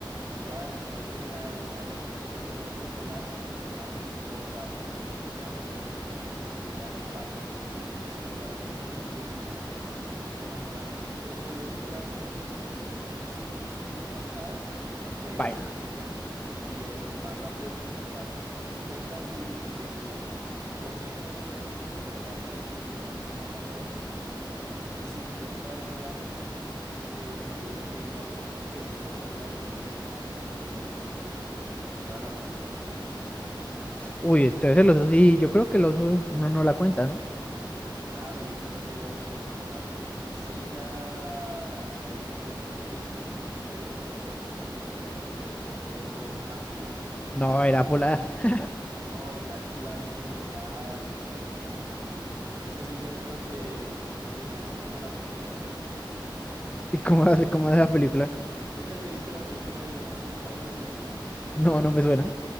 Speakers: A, on the right (about 35°); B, on the left (about 15°).
A: Claro, entonces al- a, diferencia que el oso polar se pelea con focas, se pelea con leones marinos, se pelea con ballenas, porque el oso polar es muy buen nadador. Es demasiado. eh, con el oso polar si no tiene ni... Si, si intentas nadar, te,
B: <laughs>
A: te persigue y es más rápido que tú en el agua. Si intentas huir eh, corriendo así en el hielo, te va a perseguir y va a ser más rápido que tú en el hielo. Y si intentas, digamos eh, pelear con él, pues el oso polar es el más grande de todos los osos, de todas las razas de osos.
B: Uy, entonces el oso sí, yo creo que el oso uno no la cuenta, ¿no?
A: Claro, yo creo que ya sí el oso polar, sí ya hay, por eso eh, eh, es que yo no te había entendido ahorita, yo pensé que habías dicho oso panda.
B: No, era polar. <laughs>
A: No, ya el polar sí, ya eh, otro nivel, ya. Ese sí yo creo que, que me hace como la película del Renacido.
B: ¿Y cómo hace, cómo hace la película?
A: ¿Nunca te viste la película de Leonardo DiCaprio del Renacido?
B: No, no me suena.